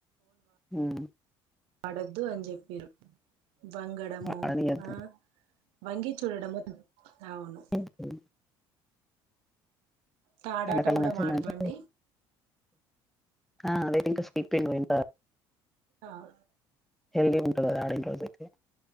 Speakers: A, in the centre; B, on the right.
A: ఉమ్
B: అడొద్దు అని జెప్పిరు వంగడమో
A: ఆడనీయద్దు
B: ఆ వంగి చూడడమో అవును
A: ఆడనీయద్దు
B: తాడాట
A: ఎండాకాలం
B: కూడా
A: వచ్చిందంటే
B: ఆడతామండి
A: ఆ <inaudible> <inaudible>
B: ఆహ్
A: హెల్ది <inaudible> అయితే